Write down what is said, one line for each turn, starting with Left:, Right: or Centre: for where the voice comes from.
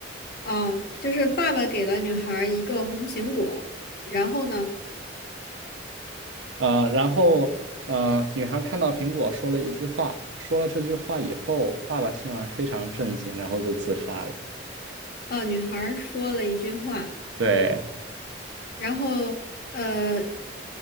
Left: 啊，就是爸爸给了女孩一个红苹果，然后呢，
Right: 呃，然后呃，女孩看到苹果说了一句话，说了这句话以后，爸爸听完非常震惊，然后就自杀了。
Left: 啊，女孩说了一句话，
Right: 对。
Left: 然后呃，